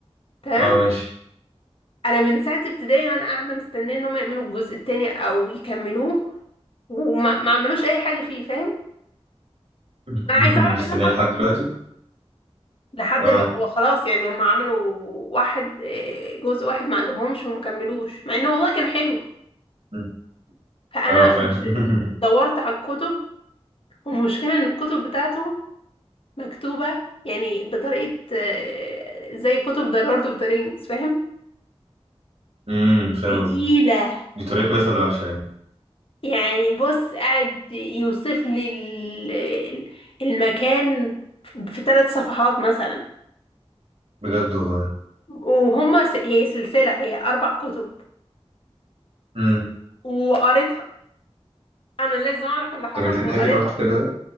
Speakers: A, on the left (about 55°); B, on the right (about 70°).
A: تمام
B: اه ماشي
A: انا من ساعه ابتدائي وانا قاعده مستنيه انهم يعملوا الجزء التاني او يكملوه وما ما عملوش اي حاجه فيه فاهم
B: <laughs>
A: انا عايزه اعرف
B: مستنيه
A: ايه اللي حصل
B: لحد دلوقتي
A: لحد
B: اه
A: دلوقتي هو خلاص يعني هم عملوا واحد آه، جزء واحد ما عجبهمش وما كملوش مع انه والله كان حلو
B: مم.
A: فانا
B: اه فاهم
A: قمت
B: <laughs>
A: دورت على الكتب والمشكله ان الكتب بتاعته مكتوبه يعني بطريقه آه، زي كتب ذا لورد اوف ذا رينجز فاهم
B: امم فاهم
A: تقيله
B: قصدي دي طريقه كويسه ولا وحشه يعني
A: يعني بص قاعد يوصف لي ال- ال- المكان في ثلاث صفحات مثلا
B: بجد والله
A: وهما س- هي سلسله هي اربع كتب
B: امم
A: وقريتها انا لازم اعرف اللي حصل
B: طب انت بتحبي
A: وقريتها
B: نوع الكتابه ده